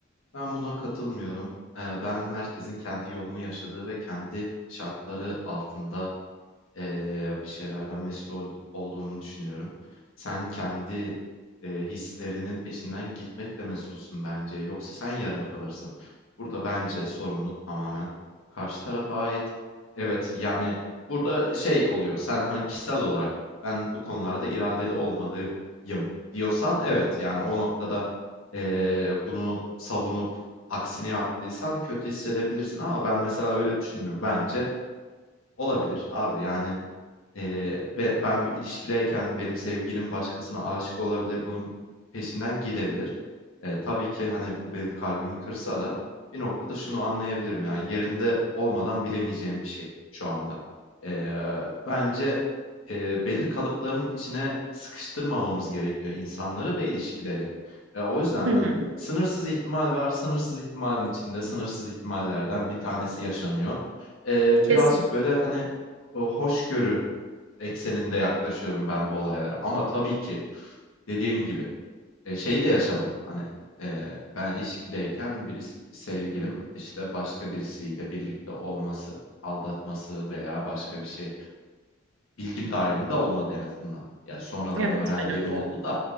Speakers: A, on the left; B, on the right.
A: Ben buna katılmıyorum. Eee, ben herkesin kendi yolunu yaşadığı ve kendi şartları altında eee, bir şeylerden mesul oldu- olduğunu düşünüyorum. Sen kendi eee, hislerinin peşinden gitmekle mesulsün bence. Yoksa sen yarım kalırsın. Burada bence sorumluluk tamamen karşı tarafa ait. Evet, yani burada şey oluyor. Sen hani kişisel olarak ben bu konularda iradeli olmalıyım diyorsan evet. Yani o noktada eee, bunu savunup aksini yaptıysan kötü hissedebilirsin ama ben mesela öyle düşünmüyorum. Bence olabilir abi yani Eee, ve ben bir ilişkideyken benim sevgilim başkasına aşık olabilir, bunun peşinden gidebilir. Eee, tabii ki, hani, bu benim kalbimi kırsa da bir noktada şunu anlayabilirim ya, yerinde olmadan bilemeyeceğim bir şey şu anda. Eee, bence, eee, belli kalıpların içine sıkıştırmamamız gerekiyor insanları ve ilişkileri. Eee, o yüzden,
B: Hı
A: hani,
B: hı.
A: sınırsız ihtimal var, sınırsız ihtimalin içinde sınırsız ihtimallerden bir tanesi yaşanıyor. Eee, birazcık
B: Kesin.
A: böyle, hani, o hoşgörü ekseninde yaklaşıyorum ben bu olaylara. Ama tabii ki dediğim gibi e, şeyi de yaşamadım. Hani e, ben ilişkideyken birisi sevgilim işte başka birisiyle birlikte olması, aldatması veya başka bir şey bilgim dahilinde olmadı en azından. Yani sonradan
B: Evet,
A: öğrendiğim
B: benim
A: oldu
B: de.
A: da